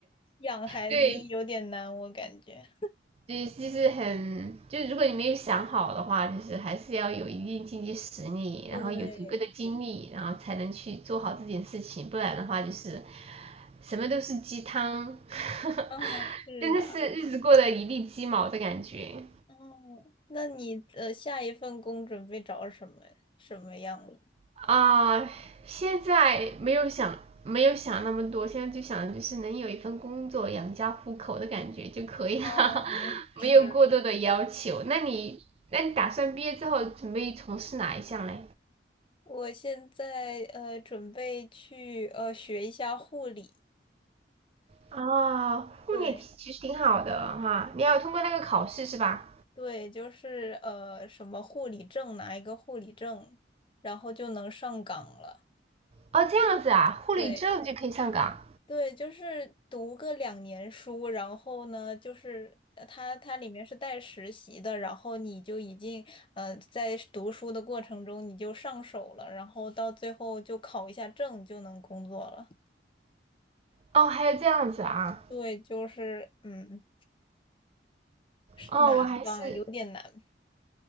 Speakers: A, on the left; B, on the right.
A: 养孩子有点难，
B: <laughs> 对，
A: 我感觉。
B: 对，就是很，就如果你没有想好的话，就是还是要有一定经济实力，
A: 对，
B: 然后有足够的精力，然后才能去做好这件事情，不然的话就是什么都是鸡汤，<laughs>
A: 哎，是啊。
B: 真的是日子过得一地鸡毛的感觉。
A: 哦，那你呃下一份工准备找什么什么样的？
B: 啊、呃现在没有想没有想那么多，现在就想就是能有一份工作养家糊口的感觉就可以了，
A: 嗯，
B: <laughs>
A: 是，
B: 没有过多的要求。那你那你打算毕业之后准备从事哪一项嘞？
A: 我现在呃准备去呃学一下护理，
B: 啊，护理其实挺好的哈，
A: 对
B: 你要通过那个考试是吧？
A: 对，就是呃什么护理证，拿一个护理证，然后就能上岗了。
B: 哦，这样子啊，护理证就可以上岗。
A: 对。对，就是读个两年书，然后呢，就是呃它它里面是带实习的，然后你就已经嗯在读书的过程中你就上手了，然后到最后就考一下证就能工作了。
B: 哦，还有这样子啊，
A: 对，就是嗯，是难吧，
B: 哦，我还是
A: 有点难。